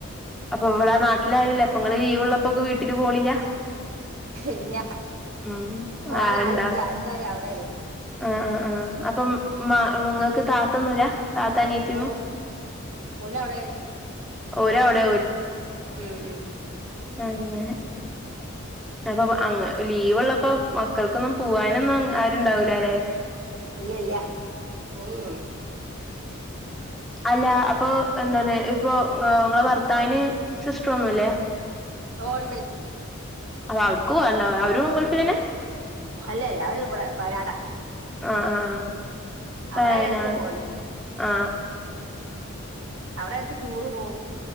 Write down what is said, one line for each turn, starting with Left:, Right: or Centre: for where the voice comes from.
Centre: അപ്പൊ ഇവടെ നാട്ടിലാരുല്ല അപ്പൊ ഇങ്ങള് ലീവ്ള്ളപ്പൊക്കെ വീട്ടില് പോണില്ല
Right: ഇല്ല
Centre: ഉം
Right: പോവാൻ
Centre: ആൾ
Right: ആരുല്ല
Centre: ണ്ടോ
Right: എല്ലാരും അവിടെയാണ്
Centre: ആ ആ ആ അപ്പം
Right: ഉം.
Centre: മാ ഇങ്ങക്ക് താത്തൊന്നുല്ല താത്താ അനിയത്തിയൊന്നും
Right: ഓ ഓല് അവിടെയാണ്
Centre: ഓരു അവ്ടെ
Right: ഉം ഉം.
Centre: അങ്ങനെ. അപ്പൊ അങ്ങ് ലീവ് ഇള്ളപ്പോ മക്കൾക്കൊന്നും പോവാനൊന്നും ആരുണ്ടാവൂലാ ലെ
Right: ഇല്ല്യ ഇല്ല്യാ ഉം ഉം.
Centre: അല്ലാ അപ്പൊ എന്താണ് ഇപ്പൊ ആ ഇങ്ങളെ ഭർത്താവിന് സിസ്റ്ററൊന്നുല്ലേ
Right: ഓ ഇണ്ട്
Centre: അപ്പ അവ്ട്ക്ക് പോവാല്ലോ അവരും ഗൾഫിലന്നെ
Right: അല്ലല്ല അവര് ഇവട വയനാടാ.
Centre: ആ ആ ആ.
Right: അവിടെ
Centre: വയനാട്
Right: ഇടക്ക് പോവല്
Centre: ആ
Right: അവടെ എടക്ക് ടൂറ് പോവും.